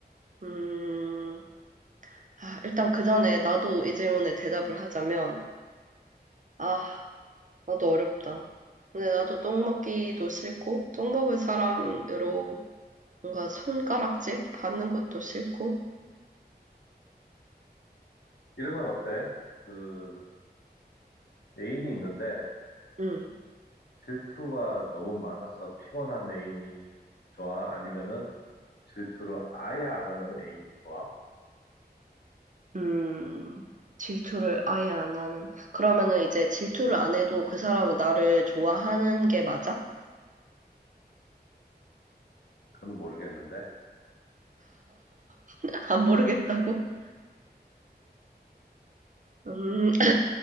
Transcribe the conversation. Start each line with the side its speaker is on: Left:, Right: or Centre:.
Right: 음, 아, 일단 그 전에 나도 이 질문에 대답을 하자면 아, 나도 어렵다. 근데 나도 똥 먹기도 싫고 똥 먹은 사람으로 뭔가 손가락질 받는 것도 싫고.
Left: 이런 건 어때? 그, 애인이 있는데
Right: 음.
Left: 질투가 너무 많아서 피곤한 애인이 좋아? 아니면은 질투를 아예 안 하는 애인이 좋아?
Right: 음. 질투를 아예 안 하는. 그러면은 이제 질투를 안 해도 그 사람은 나를 좋아하는 게 맞아?
Left: 그건 모르겠는데.
Right: <laughs> 안 모르겠다고? 음,